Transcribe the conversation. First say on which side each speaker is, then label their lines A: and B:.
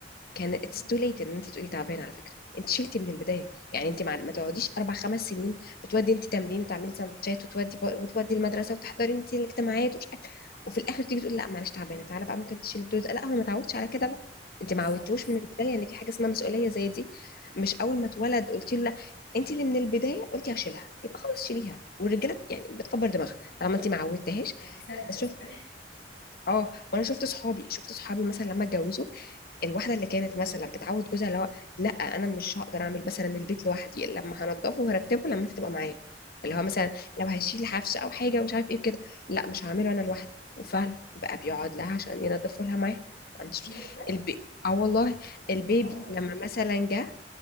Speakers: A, on the left; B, on the left.
A: كان
B: مم.
A: اتس تو ليت ان انت تقولي تعبانه على فكره انت شلتي من البدايه يعني انت مع... ما تقعديش اربع خمس سنين بتودي انت تمرين وتعملي سندوتشات وتودي وتودي المدرسه وتحضري انت الاجتماعات ومش عارف- وفي الاخر تيجي تقول لا معلش تعبانه تعالى بقى ممكن تشيل الدور ده لا هو ما تعودش على كده بقى انت ما
B: صح
A: عودتوش من البدايه ان في حاجه اسمها مسؤوليه زي دي مش اول ما اتولد قلت له لا انت اللي من البدايه قلتي هشيلها يبقى خلاص شيليها والرجاله يعني بتكبر دماغها طالما انت ما عودتهاش
B: هتصدق
A: انا شفت
B: <laughs>
A: اه وانا شفت صحابي شفت صحابي مثلا لما اتجوزوا الواحده اللي كانت مثلا بتعود جوزها اللي هو لا انا مش هقدر اعمل مثلا البيت لوحدي لما هنضفه وهرتبه لما انت تبقى معايا اللي هو مثلا لو هيشيل حفشه او حاجه ومش عارف ايه كده لا مش هعمله انا لوحدي وفعلا بقى بيقعد لها عشان ينضفوا لها معاه ما عنديش
B: ايه ده بجد
A: البي... اه والله البيبي
B: دي قمر
A: لما مثلا جه